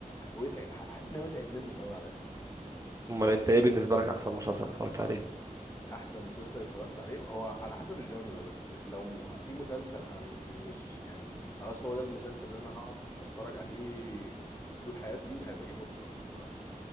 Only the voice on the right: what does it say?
امال انت ايه بالنسبه لك احسن مسلسل اتفرجت عليه